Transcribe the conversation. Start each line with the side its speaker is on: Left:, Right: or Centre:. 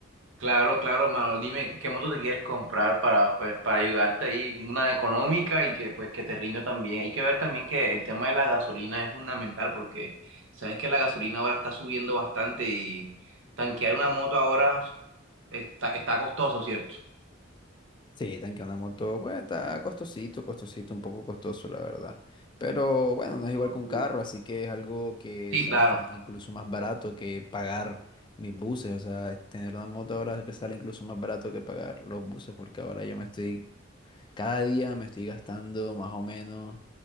Right: Claro, claro, mano. Dime qué moto te quieres comprar para, pues, para ayudarte ahí, una económica y que pues que te rinde también. Hay que ver también que el tema de la gasolina es fundamental porque sabes que la gasolina ahora está subiendo bastante y tanquear una moto ahora está, está costoso, ¿cierto?
Left: Sí, tanque una moto, pues está costosito, costosito, un poco costoso, la verdad. Pero bueno, no
Right: Yo,
Left: es igual que un
Right: tío.
Left: carro, así que es algo que
Right: Sí,
Left: sale
Right: claro.
Left: hasta incluso más barato que pagar mis buses. O sea, es tener una moto ahora que sale incluso más barato que pagar los buses, porque ahora yo me estoy, cada día me estoy gastando más o menos